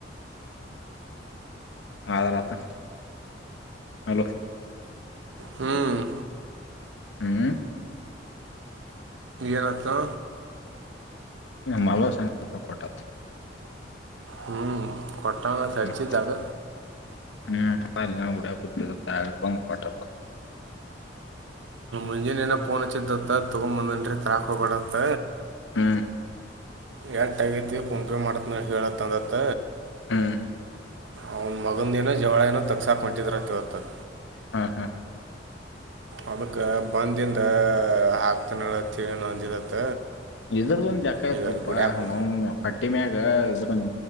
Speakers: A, on the left (about 80°); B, on the right (about 85°).
A: ಹದಲ್ಲ ಹಲೋ
B: ಹ್ಮ್
A: ಹ್ಮ್
B: ಏನಂತೋ
A: ನಮ್ಮ ಹಲೋ ಸಪ ಕೊಟ್ಟತ್ತ
B: ಹ್ಞೂ ಕೊಟ್ಟಾನ
A: ಹ್ಮ್
B: ರ್ಚಿದ್ದಾಗ
A: ಹ್ಮ್ ಉಡ ಕು ಬಂಕಟ
B: ಮುಂಜಿನನ್ ಏನ ಪೊನಚ್ಚಿತ್ತತ್ತ ತೊಗೊಂಬಂದನ್ರಿ ತರಾಕ್ ಹೋಗ್ಬ್ಯಾಡ್ರಿ ಅಂತ
A: ಹ್ಮ
B: ಎಟ ಆಗೈತಿ ಫೋನ್ ಪೇ ಮಾಡತ್ನ ಹೇಳತ್ತ ಅಂದತ್ತ
A: ಹ್ಮ್
B: ಅವನ್ ಮಗುಂದ ದಿನ ಜವಳಏನ ತಗಸಾಕ ಹೋಂ ಟಿದರತವತ್ತ
A: ಹಾ ಹಾ
B: ಅದಕ್ಕ ಬಂದಿಂದ ಹಾಕ್ತಾನತಿಏ ನ ಅಂದಿದತ್ತ
A: ಇದ್ರಗೊಂದ್ ಜಕ ಆತ್ತುುಪ್ಪ
B: ಈಗ ಅಲ್ಲಿ ಗುಡ್ಯಾಪ್
A: ಹಟ್ಟಿಮ್ಯಾಗ ಇದ್ರ